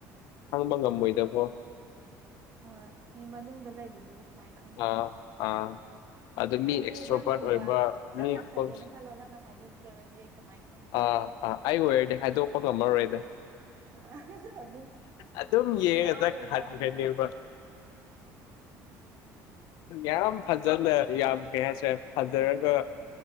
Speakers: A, on the left; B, on the right.
A: ꯈꯪꯕ ꯉꯝꯃꯣꯏꯗꯕꯣ
B: ꯍꯣꯏ ꯃꯤ ꯃꯅꯨꯡꯗ ꯂꯩꯕꯗꯨꯕꯨ ꯀꯃꯥꯏꯅ ꯈꯪꯗꯣꯏꯅꯣ
A: ꯑꯥ ꯑꯥ ꯑꯗꯨ ꯃꯤ
B: ꯍꯥꯏꯗꯤ
A: ꯑꯦꯛꯁꯇ꯭ꯔꯣꯕꯥꯔꯠ
B: ꯅꯪꯒꯨꯝꯕ
A: ꯑꯣꯏꯕ
B: ꯅꯪꯅ
A: ꯃꯤ
B: ꯈꯜꯂꯦꯅ
A: ꯀꯣꯟꯐ-
B: ꯈꯜꯂꯣ ꯅꯪꯅ ꯍꯥꯏꯗꯣꯛꯇ꯭ꯔꯒꯗꯤ ꯀꯃꯥꯏꯅ ꯈꯪꯗꯣꯔꯤꯒꯦ
A: ꯑꯥ ꯑꯥ ꯑꯩ ꯑꯣꯏꯔꯗꯤ ꯍꯥꯏꯗꯣꯛꯄ ꯉꯝꯃꯔꯣꯏꯗ
B: <unintelligible>
A: ꯑꯗꯨꯝ ꯌꯦꯡꯉ
B: ꯉꯥꯎ ꯂꯩꯇꯥꯕꯅꯤꯅ
A: ꯆꯠꯍꯟꯒꯅꯦꯕ ꯌꯥꯝ ꯐꯖꯅ ꯌꯥꯝ ꯀꯩ ꯍꯥꯏꯁꯔꯦ ꯐꯖꯔꯒ